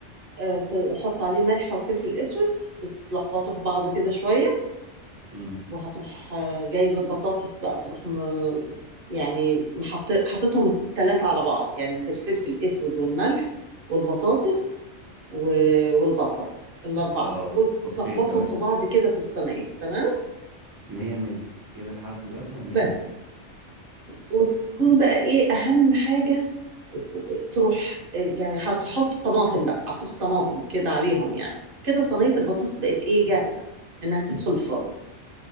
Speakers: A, on the right; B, on the right.
A: آه، تحط عليه ملح وفلفل اسود وتلخبطه في بعضه كده شويه
B: أمم
A: وهتروح آه، جايب البطاطس بقى تروح م... يعني محط... حطيتهم التلاتة على بعض يعني بالفلفل الأسود والملح والبطاطس و... والبصل الأربعة
B: اه
A: وتلخبطهم
B: أوكي تمام
A: في بعض كده في الصينية تمام
B: مية مية كده لحد دلوقتي أنا مية
A: بس
B: مية
A: وتكون بقى إيه أهم حاجة تروح يعني هتحط طماطم بقى عصير الطماطم كده عليهم يعني كده صينية البطاطس بقت إيه جاهزة إنها تدخل الفرن